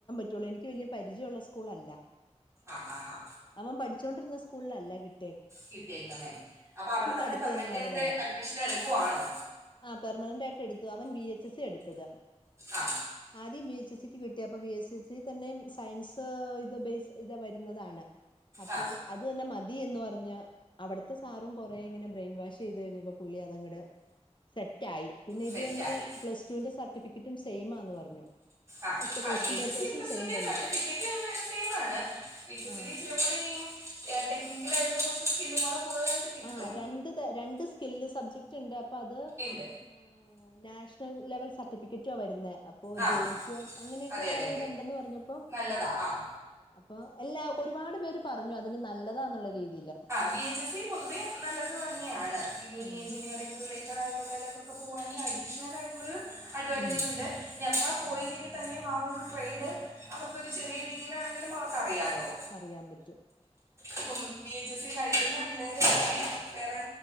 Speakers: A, on the left; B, on the right.
A: റ്റൂള്ളൂ എനിക്ക് വല്ല്യ പരിചയമുള്ള സ്കൂളല്ല
B: ആഹാ ഹാ
A: അവൻ പഠിചോണ്ടിരുന്ന സ്കൂളിലല്ല കിട്ടി
B: കിട്ടിയേക്കുന്നേ അപ്പൊ അവിടെ തന്നെ
A: അടുത്ത്
B: പെർമനന്റ്
A: തന്നെയാണ്
B: ആയിട്ട്
A: താനും
B: അഡ്മിഷൻ എടുക്കുവാണോ
A: ആഹ് പെർമനന്റ് ആയിട്ട് എടുത്തു അവൻ ബി എച്ച് എസ് സി എടുത്തത്
B: ആ
A: ആദ്യം ബി എച്ച് എസ് സിക്ക് കി ട്ടിയപ്പോ ബിഎസ് സി സി തന്നെ സയൻസ് ഇത് ബേസ് ഇത് വരുന്നതാണ് അപ്പൊ
B: ആ
A: അത് തന്നെ മതി എന്ന് പറഞ്ഞ അവിട്ത്തെ സാറും കൊറേ ഇങ്ങനെ ബ്രെയിൻ വാഷ് ചെയ്തു കഴിഞ്ഞപ്പോ പുള്ളി അതങ്ങട് സെറ്റായി പിന്നെ
B: സെറ്റായി
A: ഇത് തന്നെ പ്ലസ്ടുവിന്റെ സർട്ടിഫിക്കറ്റും സെയിമാന്ന് പറഞ്ഞു
B: ആ ആ
A: ക്വസ്റ്റ്യൻ
B: ബി എച്ച്
A: പേപ്പേഴ്സും
B: സി പ്ലസ്റ്റുവിന്റെ
A: സെയിം തന്നെയാ
B: സർട്ടിഫിക്കറ്റ് ഒന്ന് സെയിമാണ് ബി എച്
A: ആഹ്
B: സിന്റെ ഇച്ചിരി <unintelligible> ഏ ടെക്നിക്കളായിട്ടുള്ള കൊർച്ച് സ്കില്ലുംകൂടെ കൂടുതലായിട്ട് കിട്ടും
A: ആഹ് രണ്ട് തര രണ്ട് സ്കില്ല് സബ്ജക്ട്ണ്ട് അപ്പൊ അത്
B: ഉണ്ട്
A: ആഹ് നാഷണൽ ലെവൽ സർട്ടിഫിക്കറ്റാ വരുന്നത് ഇപ്പൊ
B: ആ
A: ജോലിക്കോ അങ്ങനെയൊക്കെ
B: അതെ
A: കൊറേ
B: അതെ അതെ
A: ഇതുണ്ടെന്ന് പറഞ്ഞപ്പോ
B: നല്ലതാ ആ
A: അപ്പൊ എല്ലാ ഒരുപാട് പേര് പറഞ്ഞു അതിന്റെ നല്ലതാന്നുള്ള രീതിയില്
B: ബി എച്ച് എസ് സി പൊതുവെ നല്ലത് തന്നെയാണ് പിന്ന
A: ഉം
B: ഈ എഞ്ചിനീയറിംഗ് റിലേറ്റടായിട്ടുള്ളേ എല്ലാം ക്കെ പോകവാണെങ്കി അഡീഷണ <unintelligible> അഡ്വാന്റെജുണ്ട്
A: ഉം
B: ഇനി അത്ര പോയില്ലെങ്കിൽ തന്നെയും ആഹ് ഒരു ട്രേഡ് അവർക്കൊരു ചെറിയ രീതിയിലാണെങ്കിലും അവർക്ക് അറിയാലോ
A: അറിയാൻ പറ്റും
B: അപ്പം ബി എച്ച് എസ് സി കഴിക്കുന്ന പിള്ളേര് തന്നെ വേറെ